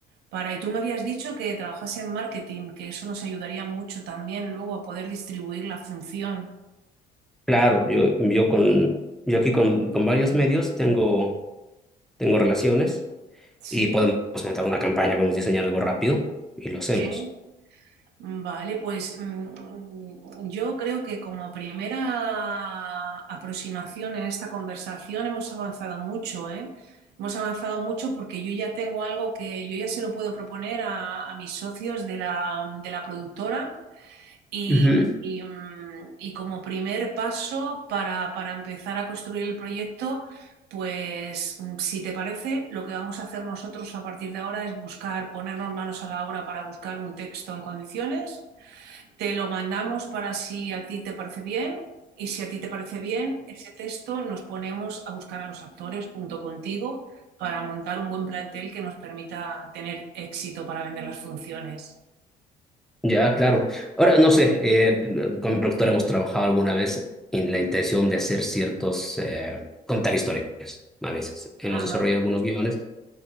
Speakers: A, on the right; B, in the centre.
A: para... Y tú me habías dicho que trabajase en marketing, que eso nos ayudaría mucho también luego a poder distribuir la función.
B: Claro, yo, yo con, yo aquí con, con varios medios tengo, tengo relaciones
A: Sí,
B: y podemos montar una campaña, podemos diseñar algo rápido y lo hacemos.
A: sí. Vale, pues mm, yo creo que como primera aproximación en esta conversación hemos avanzado mucho, ¿eh? Hemos avanzado mucho porque yo ya tengo algo que yo ya se lo puedo proponer a, a mis socios de la, de la productora y,
B: Ujú.
A: y, mm, y como primer paso para, para empezar a construir el proyecto, pues mm, si te parece, lo que vamos a hacer nosotros a partir de ahora es buscar, ponernos manos a la obra para buscar un texto en condiciones. Te lo mandamos para si a ti te parece bien y si a ti te parece bien, ese texto nos ponemos a buscar a los actores junto contigo para montar un buen plantel que nos permita tener éxito para vender las funciones.
B: Ya, claro. Ahora, no sé, eh, con mi productor hemos trabajado alguna vez en la intención de hacer ciertos, eh, contar historias, a veces. Hemos
A: Ajá,
B: desarrollado algunos guiones